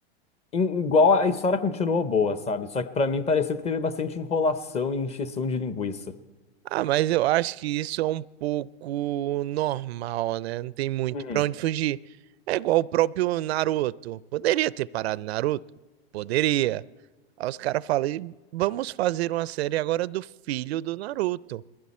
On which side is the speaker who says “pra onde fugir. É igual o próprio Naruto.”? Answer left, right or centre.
Right